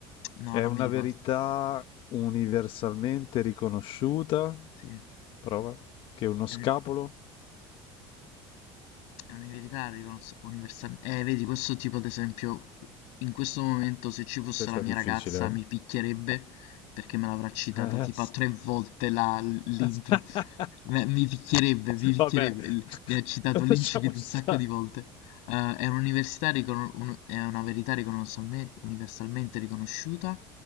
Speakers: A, on the left; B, on the left.
A: no,
B: È
A: non
B: una
A: mi ricordo.
B: verità universalmente riconosciuta.
A: Sì.
B: Prova. Che uno scapolo.
A: Ehm, È un'verità ricons- universal- Eh, vedi, questo tipo, ad esempio, in questo momento se ci fosse
B: Questa
A: la mia
B: è difficile.
A: ragazza mi picchierebbe perché me l'avrà citata
B: eh.
A: tipo a tre volte la- l'intro.
B: <laughs>
A: Me- Mi picchierebbe, mi picchierebbe.
B: Vabbè,
A: L-
B: <laughs>
A: Mi ha citato l'incipit
B: lasciamo stare.
A: un sacco di volte. Eh, è un'università ricon- un- è una verità riconoscialme- universalmente riconosciuta